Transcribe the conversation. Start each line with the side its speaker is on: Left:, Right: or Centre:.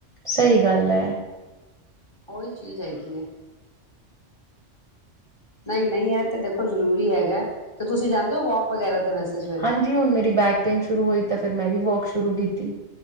Right: ਸਹੀ ਗੱਲ ਹੈ।
Left: ਉਹੀ ਚੀਜ਼ ਹੈਗੀ ਹੈ। ਨਹੀਂ-ਨਹੀਂ ਇਹ ਦੇਖੋ ਜਰੂਰੀ ਹੈਗਾ ਤੇ ਤੁਸੀਂ ਜਾਂਦੇ ਹੋ ਵੋਕ ਵਗੈਰਾ ਤੇ ਵੈਸੇ ਸਵੇਰੇ
Right: ਹਾਂਜੀ ਹੁਣ ਮੇਰੀ ਬੈਕ ਪੇਨ ਸ਼ੁਰੂ ਹੋਈ ਤਾਂ ਫਿਰ ਮੈਂ ਵੀ ਵੋਕ ਸ਼ੁਰੂ ਕੀਤੀ।